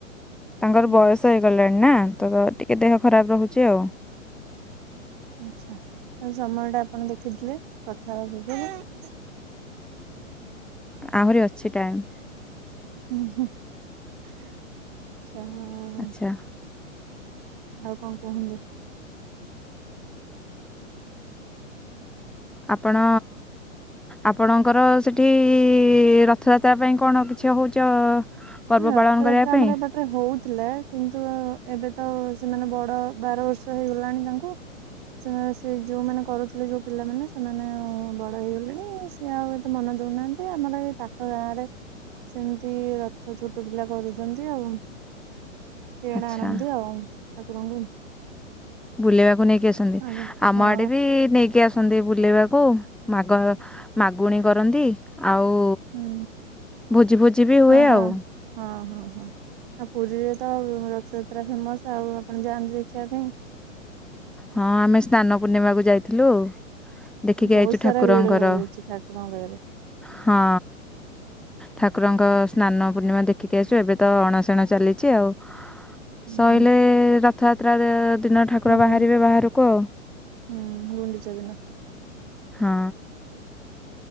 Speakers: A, in the centre; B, on the right (about 40°).
A: ତାଙ୍କର
B: ହୁଁ।
A: ବୟସ ହେଇଗଲାଣିନା ତଟିକେ ଦେହ ଖରାପ୍ ରହୁଚି ଆଉ।
B: ଆଚ୍ଛା ଆଉ ସମୟଟା ଆପଣ ଦେଖିଥିଲେ କଥା ହବା ପୂର୍ବରୁ?
A: ଆହୁରି ଅଛି ଟାଇମ୍।
B: ଉ, ହୁଁ, ଆଚ୍ଛା, ହଉ।
A: ଆଚ୍ଛା
B: ଆଉ କଣ କୁହନ୍ତୁ?
A: ଆପଣ ଆପଣଙ୍କର ସେଠି-ଇ-ଇ- ରଥଯାତ୍ରା ପାଇଁ କଣ କିଛି ହଉଚ ପର୍ବ
B: ହଁ, ରଥଯାତ୍ରା
A: ପାଳନ କରିବା ପାଇଁ
B: ଆମର ଏପ ହଉଥିଲା, କିନ୍ତୁ ଏବେତ ସେମାନେ ବଡ଼ ବାର ବର୍ଷ ହେଇଗଲାଣି ତାଙ୍କୁ। ସେମାନେ, ସେ ଯେଉଁମାନେ କରୁଥିଲେ, ଯେଉଁ ପିଲାମାନେ, ସେମାନେ ବଡ଼ ହେଇଗଲେଣି ସିଏ ଆଉ ଏତେ ମନ ଦେଉନାହାଁନ୍ତି। ଆମର ଏଇ ପାଖ ଗାଁରେ ସେମିତି ରଥ ଛୋଟ ପିଲା କରୁଚନ୍ତି ଆଉ, ଇଆଡ଼େ
A: ଆଚ୍ଛା
B: ଆଣନ୍ତି, ଆଉ ଠାକୁରଙ୍କୁ
A: ବୁଲିବାକୁ ନେଇକି ଆସନ୍ତି
B: ଆଜ୍ଞା
A: ଆମ
B: ହଁ
A: ଆଡ଼େବି ନେଇକି ନେଇକି ଆସନ୍ତି, ବୁଲେଇବାକୁ ମାଗ-ମାଗୁଣୀ କରନ୍ତି ଆଉ
B: ହୁଁ
A: ଭୋଜି ଭୋଜିବି
B: ହଁ
A: ହୁଏ,
B: ହଁ
A: ଆଉ।
B: ହଁ, ହଁ, ହଁ ଆଉ ପୁରୀରେତ ରଥଯାତ୍ରା ଫେମସ୍ ଆଉ ଆପଣ ଯାଆନ୍ତି ଦେଖିବା ପାଇଁ?
A: ହଁ, ଆମେ ସ୍ନାନ ପୂର୍ଣ୍ଣିମାକୁ ଯାଇଥିଲୁ। ଦେଖିକି
B: ବହୁତ
A: ଆଇଛୁ
B: ସାରା
A: ଠାକୁରଙ୍କର
B: ଭିଡ ରହୁଛି, ଠାକୁରଙ୍କ ପାଖରେ।
A: ହଁ, ଠାକୁରଙ୍କ ସ୍ନାନ ପୂର୍ଣ୍ଣିମା ଦେଖିକି ଆସିଚୁ ଏବେତ ଅଣସେଣ ଚାଲିଛି ଆଉ
B: ହୁଁ,
A: ସଇଲେ ର ରଥଯାତ୍ରା ଦିନ ଠାକୁର
B: ହଁ
A: ବାହାରିବେ
B: ବା
A: ବାହାରକୁ, ଆଉ।
B: ହୁଁ, ଗୁଣ୍ଡିଚା ଦିନ।
A: ହଁ।